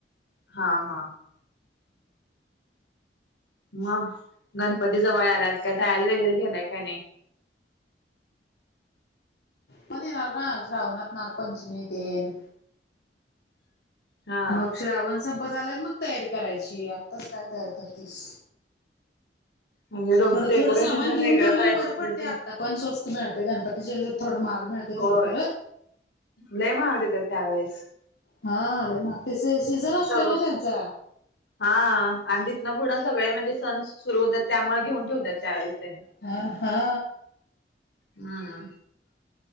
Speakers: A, on the left (about 85°); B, on the left (about 70°).
A: हा हा. मग गणपती जवळ आल्यात काही तयारी वगैरे केलाय काही नाही?
B: पण येणार ना श्रवनाथ नागपंचमीत तेन.
A: हा.
B: मग श्रावण संपत आला क मग तयारी करायची आत्ताच काय तयार करतेस?
A: म्हणजे डो
B: थोडं
A: डेकोरेशन
B: थोडं सामान
A: तेन
B: घेऊन
A: वेगळं
B: ठेवलेलं
A: करायचं
B: बरं
A: असलं
B: पडते
A: की
B: आत्ता पण स्वस्त मिळते गणपतीच्या थोडं महाग मिळते
A: होय.
B: एवढ खरं.
A: लय महाग देत त्यावेळेस.
B: हा आले मग ते सीझन असतो
A: सगळं
B: ना त्यांचा.
A: हा आणि तिथनं पुढं सगळे म्हणजे सण सुरू होतात त्यामुळे घेऊन ठेवतात त्यावेळेस त्यांनी.
B: हा हा.
A: हा हा.